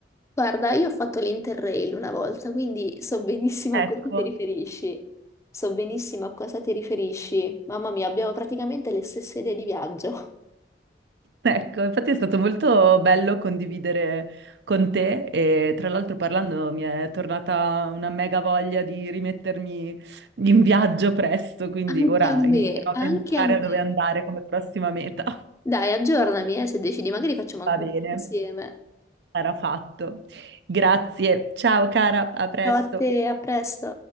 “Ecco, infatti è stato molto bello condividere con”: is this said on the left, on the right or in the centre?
Right